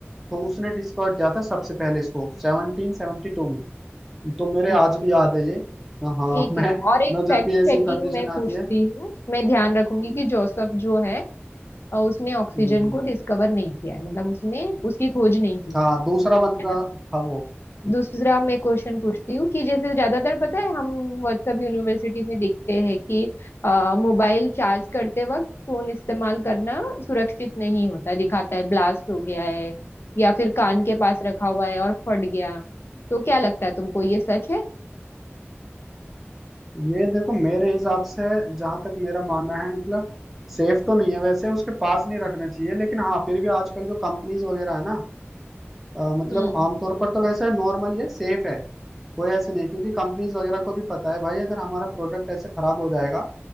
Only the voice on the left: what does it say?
ओके
ठीक
है और एक
फैक्ट
चेकिंग
मैं
पूछती
हूँ मैं ध्यान रखूंगी कि जोसेफ जो है अ, उसने ऑक्सीजन
को डिस्कवर नहीं किया है मतलब उसने उसकी खोज नहीं की
है
है
ना
दूसरा मैं क्वेश्चन पूछती हूँ कि जैसे ज्यादातर पता है हम व्हाट्सएप यूनिवर्सिटी में देखते हैं कि मोबाइल चार्ज करते वक्त फोन इस्तेमाल करना सुरक्षित नहीं होता दिखाता है ब्लास्ट हो गया है या फिर कान के पास रखा हुआ है और फट गया तो क्या लगता है तुमको ये सच है
हम्म